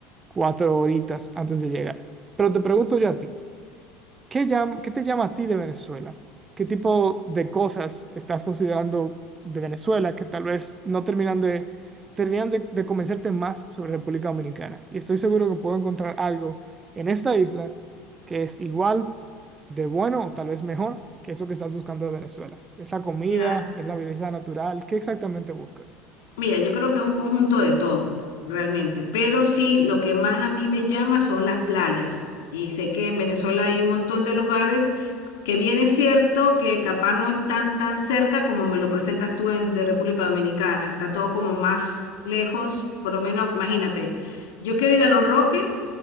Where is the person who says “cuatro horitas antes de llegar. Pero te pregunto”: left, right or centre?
Right